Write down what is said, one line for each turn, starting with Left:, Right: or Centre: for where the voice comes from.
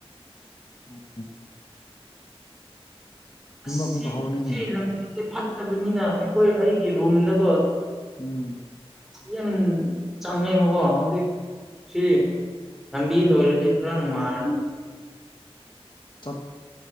Left: ꯑꯣ
Centre: ꯑꯁ
Left: ꯑꯃꯨꯛꯀ
Centre: ꯁꯤ
Left: ꯍꯧꯔꯅꯤꯅꯦ
Centre: ꯁꯤ ꯂꯝꯕꯤꯖꯦ ꯐꯠꯇꯕꯅꯤꯅꯥ ꯑꯩꯈꯣꯏ ꯑꯩꯒꯤ ꯔꯨꯝꯗꯀꯣ
Left: ꯎꯝ
Centre: ꯌꯥꯝ ꯆꯪꯉꯦꯕꯀꯣ ꯍꯧꯖꯤꯛ ꯁꯤ ꯂꯝꯕꯤ ꯂꯣꯏꯔꯗꯤ ꯈꯔ ꯅꯨꯡꯉꯥꯏꯔꯅꯤ
Left: ꯆꯠ